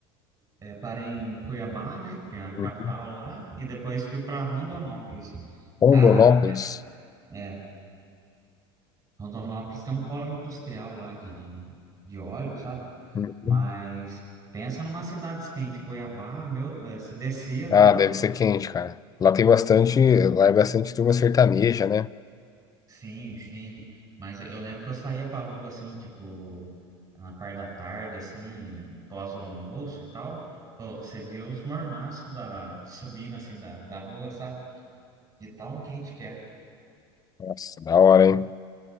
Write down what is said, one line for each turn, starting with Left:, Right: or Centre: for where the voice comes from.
Right: é, parei em Cuiabá, né, que é a
Left: uhum.
Right: capital lá, e depois fui para Rondonópolis.
Left: Rondonópolis.
Right: Cara, é, Rondonópolis tem um polo industrial lá de, de óleo, sabe?
Left: Uhum.
Right: Mas pensa numa cidade quente, Cuiabá, meu, é, se descia do...
Left: Ah, deve ser quente, cara. Lá tem bastante, lá é bastante turma sertaneja, né?
Right: Sim, sim, mas eu eu lembro que eu saía pra rua, assim, tipo, na parte da tarde, assim, pós o almoço e tal, Ô, você via os mormaços da, subindo, assim, da, da rua, sabe? De tão quente que é.
Left: Nossa, da hora, hein?